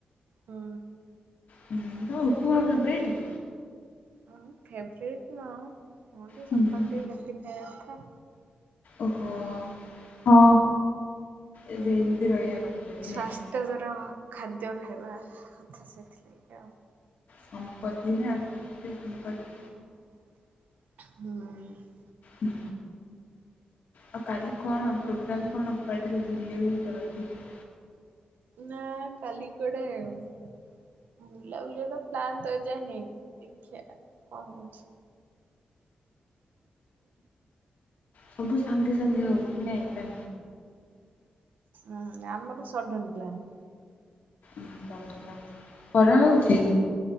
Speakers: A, on the right; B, on the left.
A: ହୁଁ।
B: ହୁଁ ତମ ଉପମା ଫେବରେଟ।
A: ଅ ଫେବରେଟ ନୁହ ହଁ ଟିକେ
B: ହୁଁ
A: ସକାଳୁ ଟିକେ ହେଲ୍ଦି ଖାଇବା କଥା।
B: ଓହୋ ହଁ ଏବେ ହେଲ୍ଡି ରହିବା କଥା। ବି
A: ସ୍ଵାସ୍ଥ୍ୟକର
B: ନାଇଁ
A: ଖାଦ୍ୟ ଖାଇବା କଥା ସେଥିଲାଗି ଆଉ।
B: ସମ୍ପତ୍ତି ନା ସ୍ୱାସ୍ଥ୍ୟ ସମ୍ପତ୍ତି।
A: ହୁଁ ହୁଁ।
B: ହୁଁ। ଆଉ କାଲି କଣ ପ୍ରୋଗ୍ରାମ କଣ କୁଆଡ଼େ ଟିକେ ବୁଲିବାକୁ ଯିବାର ଅଛି ବୋଧେ?
A: ନାଁ କାଲି କୁଆଡେ଼। ବୁଲାବୁଲି ର ପ୍ଲାନ୍ ତ ଏ ଯାଏଁ ହେଇନି ଦେଖିବା କଣ ହଉଛି।
B: ସବୁ ସାଙ୍ଗେ ସାଙ୍ଗେ ହଉଛି ନାଇ ତା
A: ଅ ହଁ ଆମର ସଡନ ପ୍ଲାନ୍।
B: ଉଁ ଭଲ ଭଲ। ଖରା ହଉଛି?